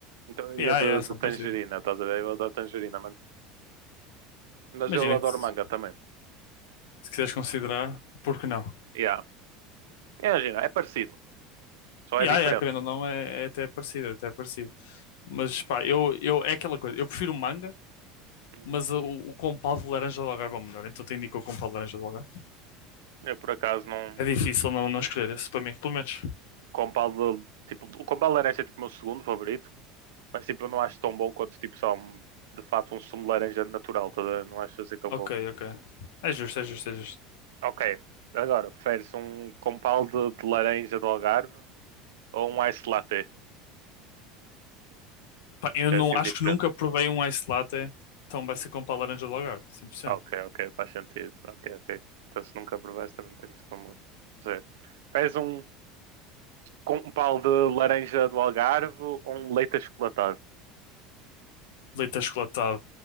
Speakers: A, on the right; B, on the left.
A: Então eu
B: Yeah,
A: iria de,
B: yeah, são
A: de tangerina,
B: parecidos.
A: estás a ver? Eu adoro tangerina, mano. Mas
B: Imagina
A: eu adoro
B: que se,
A: manga também.
B: se quiseres considerar, porque não?
A: Yeah. Imagina, é parecido, só é
B: Yeah,
A: diferente.
B: yeah, querendo ou não, é, é até parecido, é até parecido. Mas pá, eu, eu, é aquela coisa, eu prefiro manga,
A: Uhum.
B: mas o, o compal de laranja do Algarve é o melhor, então te indico o compal de laranja do Algarve.
A: Eu por acaso não.
B: É difícil não, não escolher esse para mim, pelo menos.
A: Compal, tipo, o compal de laranja é tipo o meu segundo favorito, mas tipo, eu não acho tão bom quanto tipo só um- de fato um sumo de laranja natural, tá? a ver? não acho assim tão
B: Ok,
A: bom.
B: ok. É justo, é justo, é justo.
A: Ok, agora, preferes um compal de, de laranja do Algarve ou um ice latte?
B: Pá, eu não,
A: É assim
B: acho
A: diferente.
B: que nunca provei um ice latte, então vai ser com pá laranja de Algarve, cem por cento.
A: Ok, ok, faz sentido. Ok, ok. Então se nunca provaste também não tem muito como dizer. Preferes um com um pau de laranja do Algarve ou um leite achocolatado?
B: Leite achocolatado.